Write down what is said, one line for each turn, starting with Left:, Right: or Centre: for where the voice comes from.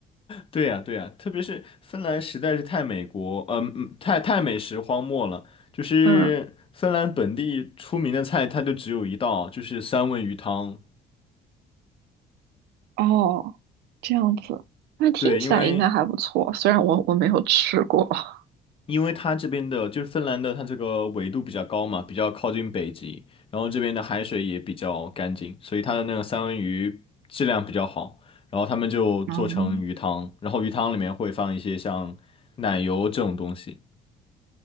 Left: 对呀，对呀，特别是芬兰实在是太美国，嗯、嗯，太太美食荒漠了。就是芬兰本地出名的菜，
Right: 嗯，
Left: 它就只有一道，就是三文鱼汤。
Right: 哦，这样子，那听起来应该还不错，
Left: 对，因为
Right: 虽然我我没有吃过。<laughs>
Left: 因为它这边的就是芬兰的，它这个纬度比较高嘛，比较靠近北极，然后这边的海水也比较干净，所以它的那个三文鱼质量比较好。然后他们就做成鱼汤，
Right: 嗯
Left: 然后鱼汤里面会放一些像奶油这种东西。